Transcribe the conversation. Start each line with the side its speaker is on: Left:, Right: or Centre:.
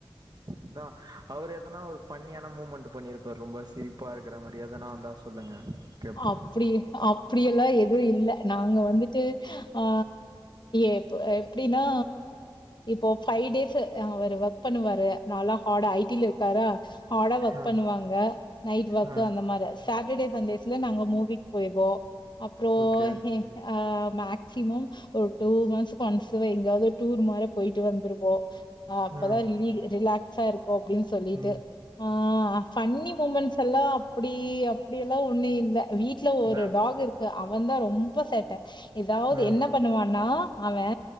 Right: அதா அவர் எதனா ஒரு ஃப்பன்னியான மூமெண்ட்டு பண்ணிருப்பாரு ரொம்ப சிரிப்பா இருக்குற மாரி எதனா இருந்தா சொல்லுங்க கேப்போ
Left: அப்பிடி அப்பிடி எல்லா எதுவு இல்ல நாங்க வந்துட்டு ஆ எப் எப்டினா இப்போ ஃபைவ் டேஸ் ஆ அவரு ஒர்க் பண்ணுவாரு நல்லா ஹார்டா ஐ டி ல இருக்காரா ஹார்டா ஒர்க்
Right: ஆ
Left: பண்ணுவாங்க நைட் வொர்க்கு
Right: ஆ
Left: அந்த மார சாட்டர்டேஸ் சண்டேஸ் ல நாங்க மூவிக்கு போய்ருவோ அப்றோ
Right: ஓகே
Left: எ ஆ ஆ மேக்சிமம் ஒரு டூ மந்த்ஸ்க்கு ஒன்ஸ் எங்கயாவது ஒரு டூர் மார போயிட்டு வந்துருவோ அப்பதா
Right: ம்
Left: ரிலீ ரிலாக்ஸா இருக்கு அப்பிடின் சொல்லிட்டு
Right: ம்
Left: ஆ ஆ ஃபன்னி மூமெண்ட்ஸ் எல்லா அப்படி அப்படி எல்லாம் ஒண்ணு இ வீட்ல ஒரு
Right: அதா
Left: டாக் இருக்கு அவன்தா ரொ ம்ப சேட்ட எதாவது
Right: ம்
Left: என்ன பண்ணுவான்னா அவே